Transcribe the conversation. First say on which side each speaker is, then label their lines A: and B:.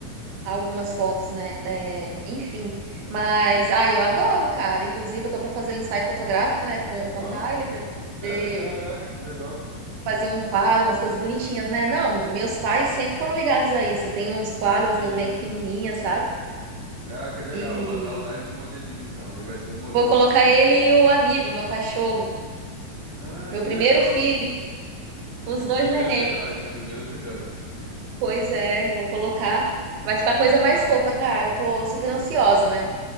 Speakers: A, on the right (about 65°); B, on the right (about 25°).
A: algumas fotos, né? É, enfim. Mas, ah, eu adoro, cara. Inclusive, eu tô pra fazer um ensaio fotográfico, né? Com, com
B: Ó,
A: o Tyler, pra
B: sério?
A: poder
B: Caraca, que legal.
A: fazer um quadro, umas coisas bonitinhas, né? Não, meus pais sempre foram ligados a isso. Eu tenho uns quadros
B: Uhum.
A: meus bem pequenininhos, sabe?
B: Caraca, legal.
A: E
B: Vou botar o Tyler de modelinho, então. Ele vai ser o modelo
A: vou colocar
B: da vez.
A: ele e o amigo, meu cachorro,
B: Ah,
A: meu
B: que
A: primeiro
B: legal.
A: filho, os dois
B: Primeiro
A: nenê.
B: filhote, é primeiro filhote.
A: Pois é, vou colocar. Vai ficar coisa mais fofa, cara. Eu tô super ansiosa, né?